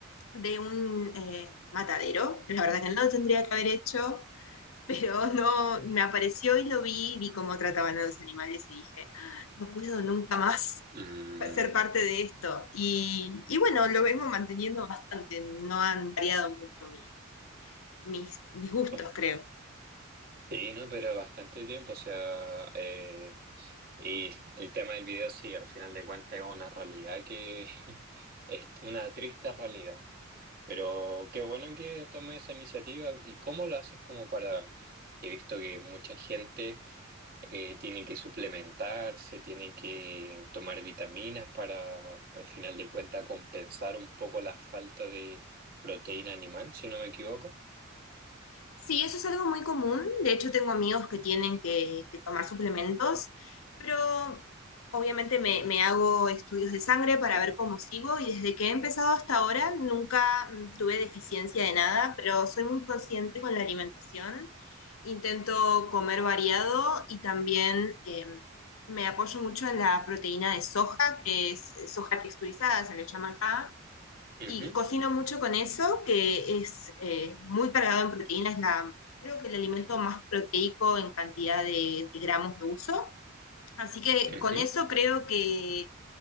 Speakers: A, on the left (about 75°); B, on the right (about 50°).
A: de un eh, matadero. La verdad que no lo tendría que haber hecho, <laughs> pero no, me apareció y lo vi, vi cómo trataban a los animales y dije, "Ah, no puedo nunca más
B: Mm,
A: <laughs> ser parte de esto. Y, y bueno, lo vengo manteniendo bastante, no han variado mucho mi- mis, mis gustos,
B: oye.
A: creo.
B: Sí, no, pero bastante tiempo, o sea, eh, y el tema del video sí, al final de cuentas es una realidad que <laughs> es una triste realidad, pero qué bueno que tomes esa iniciativa y cómo lo haces como para, he visto que mucha gente... eh, tienen que suplementarse, tienen que tomar vitaminas para, al final de cuentas, compensar un poco la falta de proteína animal, si no me equivoco.
A: Sí, eso es algo muy común. De hecho, tengo amigos que tienen que, que tomar suplementos, pero obviamente me, me hago estudios de sangre para ver cómo sigo y desde que he empezado hasta ahora nunca mm, tuve deficiencia de nada, pero soy muy consciente con la alimentación. Intento comer variado y también eh, me apoyo mucho en la proteína de soja, que es soja texturizada, se le llama acá
B: Ujú,
A: y cocino mucho con eso, que es eh, muy cargado en proteínas, la, creo que el alimento más proteico en cantidad de, de gramos de uso. Así que
B: ujú.
A: con eso creo que